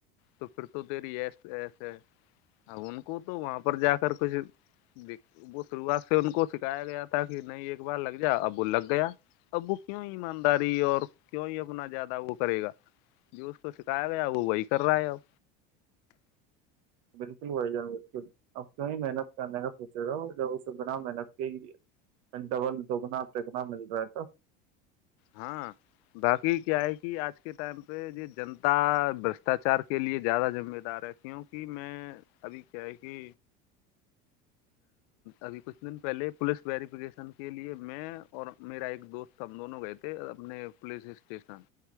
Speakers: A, on the left (about 65°); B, on the right (about 65°).
A: تو پھر تو تری ایس ایسے اب ان کو تو وہاں پر جا کر کچھ د وہ شروعات سے ان کو سکھایا گیا تھا کہ نہیں ایک بار لگ جا اب وہ لگ گیا اب وہ کیوں ایمانداری اور کیوں ہی اپنا زیادہ وہ کرے گا جو اس کو سکھایا گیا وہی کر رہا ہے اب
B: بالکل وہی جان بالکل اب کیوں محنت کات سوچے رہا بنا محنت کے ہی ڈبل دگنا پگنا مل رہا ہے تھا
A: ہاں باقی کیا ہے کہ آج کے ٹائم پہ یہ جنتا برشٹاچار کے لیے زیادہ ذمہ دار ہے کیونکہ میں ابھی کیا ہے کہ ابھی کچھ دن پہلے پولیس ویریفکیشن کے لیے میں اور میرا ایک دوست ہم دونوں گئے تھے اپنے پولیس اسٹیشن